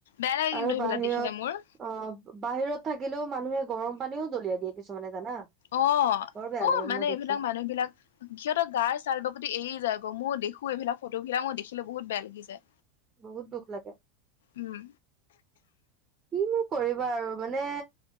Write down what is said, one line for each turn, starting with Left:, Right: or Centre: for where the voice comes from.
Left: বেয়া লাগে
Right: আৰু
Left: কিন্তু সেইবিলাক
Right: বাহিৰত
Left: দেখিলে মোৰ।
Right: অ', বাহিৰত থাকিলেও, মানুহে গৰম পানীও দলিয়াই দিয়ে কিছুমানে জানা।
Left: অ',
Right: বৰ বেয়া
Left: ক'ৰ
Right: লাগে
Left: মানে
Right: মোৰ
Left: এইবিলাক,
Right: দেখি
Left: মানুহবিলাক, সিহঁতৰ গাৰ চাল বা এই যায়গ মই দেখোঁ, এইবিলাক, ফটোবিলাক, মই দেখিলে বহুত বেয়া লাগি যায়।
Right: বহুত দুখ লাগে।
Left: উম
Right: কি কৰিবা আৰু, মানে,